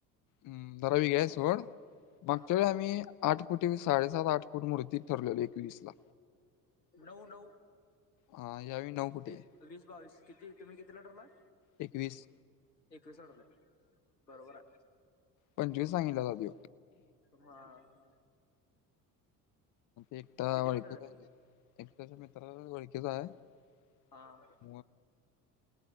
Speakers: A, on the left; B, on the left.
A: हम्म धरावी ग्या सोड. मागच्या
B: हा
A: वेळी आम्ही आठ फुट, साडेसात-आठ फूट मूर्तीत ठरलेलो एकवीसला.
B: नऊ नऊ.
A: हा यावेळी नऊ. फुटी
B: वी
A: आहे
B: वीस-बावीस. किती तुम्ही कितीला ठरलाय?
A: एकवीस.
B: एकवीसला ठरलाय, बरोबर आहे.
A: पंचवीस सांगितला का त्यो?
B: हा हा.
A: एकटा
B: किती
A: ओळखीच
B: मिनिटं झाली
A: <inaudible> एकटख <inaudible> ओळखीचा आहे. <inaudible>
B: हा